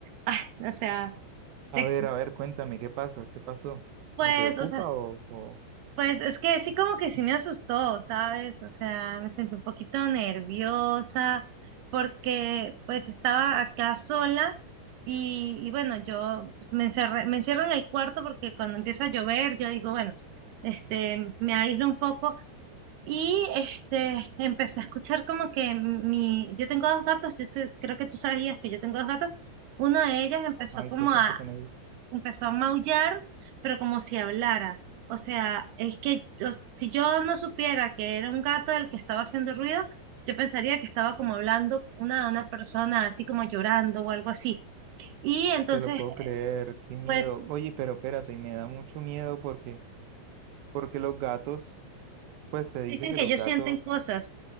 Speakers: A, on the right; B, on the right.
A: ay, o sea, te-
B: A ver, a ver, cuéntame, ¿qué pasa? ¿Qué pasó?
A: pues,
B: ¿Me preocupa
A: o sea,
B: o, o...
A: Pues es que sí como que sí me asustó, ¿sabes? O sea, me sentí un poquito nerviosa porque pues estaba acá sola y, y bueno, yo pues, me encerré, me encierro en el cuarto porque cuando empieza a llover yo digo, bueno, este, me aíslo un poco y este, empecé a escuchar como que mi, yo tengo dos gatos, yo sé- creo que tú sabías que yo tengo dos gatos, una de ellas empezó
B: Ay,
A: como
B: ¿qué pasó
A: a
B: con ellos?
A: empezó a maullar, pero como si hablara. O sea, es que yo- si yo no supiera que era un gato el que estaba haciendo ruido, yo pensaría que estaba como hablando una, una persona así como llorando o algo así. Y entonces,
B: Te lo puedo creer, qué miedo.
A: pues
B: Oye, pero espérate, y me da mucho miedo porque, porque los gatos, pues se dice
A: dicen
B: que
A: que
B: los
A: ellos
B: gatos,
A: sienten cosas.